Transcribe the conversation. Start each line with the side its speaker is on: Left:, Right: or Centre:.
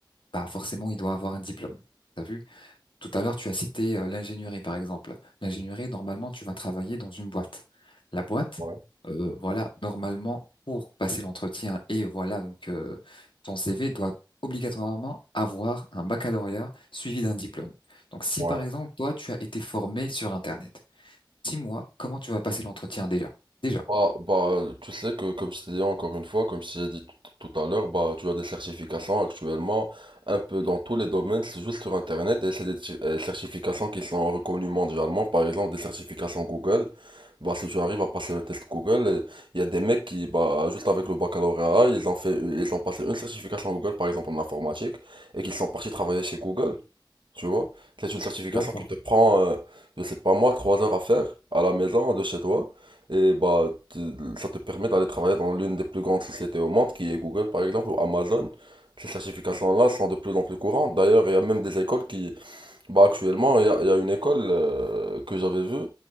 Left: bah forcément, il doit avoir un diplôme. T'as vu? Tout à l'heure, tu as cité euh, l'ingénierie, par exemple. L'ingénierie, normalement, tu vas travailler dans une boîte. La boîte,
Right: Ouais,
Left: euh, voilà, normalement, pour passer l'entretien et voilà, donc euh, ton CV doit obligatoirement avoir un baccalauréat suivi d'un diplôme. Donc, si
Right: ouais.
Left: par exemple, toi, tu as été formé sur Internet, dis-moi comment tu vas passer l'entretien déjà. Déjà.
Right: Bah, bah, tu sais que, comme je t'ai dit encore une fois, comme je t'ai dit tout tout à l'heure, bah, tu as des certifications actuellement, un peu dans tous les domaines, c'est juste sur Internet, et c'est des ti- euh, certifications qui sont reconnues mondialement, par exemple des certifications Google. Bah, si tu arrives à passer le test Google, euh, il y a des mecs qui, bah, juste avec le baccalauréat, ils ont fait, ils ont passé une certification Google, par exemple en informatique, et qui sont partis travailler chez Google. Tu vois, c'est une certification
Left: D'accord.
Right: qui te prend, euh, je sais pas moi, trois heures à faire à la maison, de chez toi. Et bah, tu- ça te permet d'aller travailler dans l'une des plus grandes sociétés au monde, qui est Google par exemple, ou Amazon. Ces certifications-là sont de plus en plus courantes. D'ailleurs, il y a même des écoles qui, bah actuellement, il y a, il y a une école euh, que j'avais vue.